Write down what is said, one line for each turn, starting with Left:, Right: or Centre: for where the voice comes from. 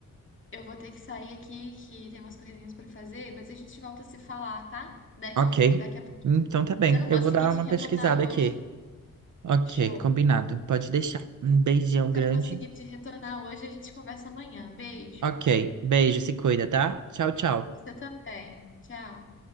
Left: eu vou ter que sair aqui que tem umas coisinhas pra fazer, mas a gente volta a se falar, tá? Daqui
Right: Ok.
Left: a um, pou- daqui a pouco.
Right: Então tá bem.
Left: Se eu não
Right: Eu
Left: conseguir
Right: vou dar
Left: te
Right: uma
Left: retornar
Right: pesquisada
Left: hoje,
Right: aqui. Ok,
Left: show.
Right: combinado. Pode deixar. Um beijão
Left: Se
Right: grande.
Left: eu não conseguir te retornar hoje, a gente conversa amanhã. Beijo.
Right: Ok, beijo, se cuida, tá? Tchau, tchau.
Left: Você também. Tchau.